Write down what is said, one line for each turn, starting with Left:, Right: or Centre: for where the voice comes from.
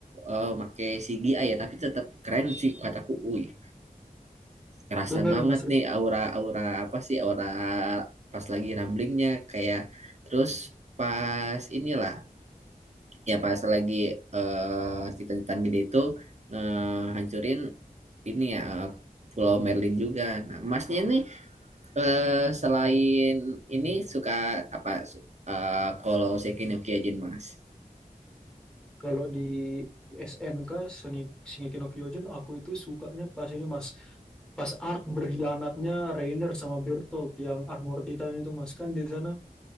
Right: eh, make CGI ya, tapi tetap keren sih kataku. Wih, kerasa
Centre: Bener
Right: banget
Centre: Mas Rian.
Right: nih aura-aura apa sih aura pas lagi ramblingnya kayak terus pas inilah ya pas lagi eh cita-citaan gede itu ngehancurin ini ya eh, Pulau Merlin juga. Nah, Masnya ini eh, selain ini suka apa su- eh, kalau Sekinyoki aja Mas.
Centre: Kalau di SNK Seni Shingeki no Kyojin aku itu sukanya pas ini Mas pas arc berkhianatnya Reiner sama Bertolt yang Armor Titan itu Mas kan di sana